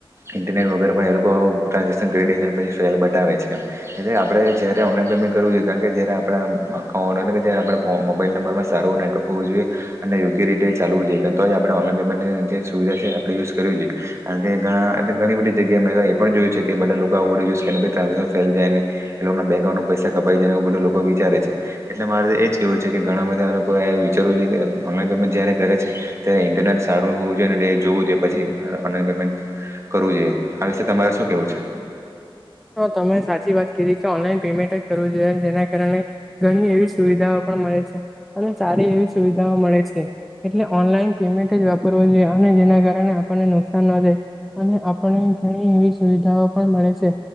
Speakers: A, on the right (about 30°); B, in the centre.
A: ઇન્ટરનેટ વગેર પણ એ લોકો ટ્રાન્ઝેશન પછી ફેલ બતા છે એટલે આપડ જયારે ઓનલાઈન પેમેન્ટ કરવ જોઈએ કારણ કે જયારે આપડા અ આપણે મોબાઈલ નંબરમાં સારું ટર્ક હોવું જોઈએ અને યોગ્ય રીતે ચાલવું જોઈએ કે જ આપણે ઓનલાઈન પેમેન્ટની જે સુવિધા છે આપણે યુઝ કરવી જોઈએણ કે ઘણા એટલે ઘણી બધી જગ્યાએ મે તો એ પણ જોય છે કે બધા લોકો આવુંડ યુઝ કરને ભાઈ્રાન્ઝેક્શન ફેલ જાયને એ લોકોના બેં પૈસા કપાઈાયને એવું બધું લોકો વિચારે છે એટલે મારે તો એજ કેવું છે કે ઘણા બધા લોકો એ વિ કરવુ જોઈએ ઓનલાઇન પેમેન્ટ જય્યારે કરે છે ત્યારે ઇન્ટરનેટ સારું હોવુ જોઈએ અને જોવુંઈએ પછી ઓનલાઇન પેમેન્ટ કરવુ જોઈએ આ વિશે તમારે શું કેવું છે.
B: હ તમે સાચી વાત કીધી કે ઓનલાઈન પેમેન્ટ જ કરવું જોઈએ, જેના કારણે ઘણી એવી. સુવિધાઓ પણ મળે છે, અને સારી એવી સુવિધાઓ મળે છે, એટલે ઓનલાઈન પેમેન્ટ જ વાપરવું. જેના કારણે આપણને નુકસાન ન જાય, અને આપને ઘણી એવી સુવિધાઓ પણ મળે છે.